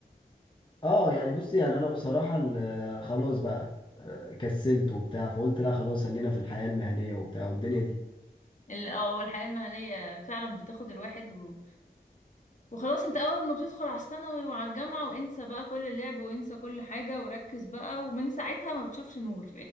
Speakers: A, on the left (about 30°); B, on the left (about 50°).
A: اه يعني بص يعني انا بصراحة ال- آه، خلاص بقى آه، كسلت وبتاع فقلت لا خلاص خلينا في الحياة المهنية وبتاع والدنيا دي
B: ال- اه والحياة المهنية فعلا بتاخد الواحد و... وخلاص انت اول ما بتدخل على الثانوي وعلى الجامعة وانسى بقى كل اللعب وانسى كل حاجة وركز بقى ومن ساعتها ما بتشوفش نور